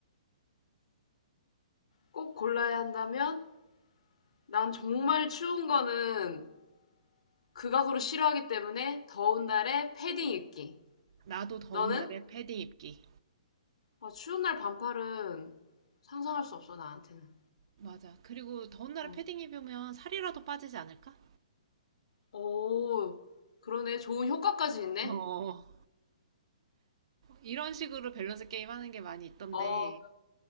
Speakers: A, on the left; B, on the right.
A: 꼭 골라야 한다면 난 정말 추운 거는 극악으로 싫어하기 때문에 더운 날에 패딩 입기.
B: 나도 더운
A: 너는?
B: 날에 패딩 입기.
A: 아, 추운 날 반팔은 상상할 수 없어, 나한테는.
B: 맞아. 그리고 더운 날에
A: 어.
B: 패딩 입으면 살이라도 빠지지 않을까?
A: 오, 그러네. 좋은 효과까지 있네.
B: 어, 이런 식으로 밸런스 게임 하는 게 많이 있던데,
A: 어,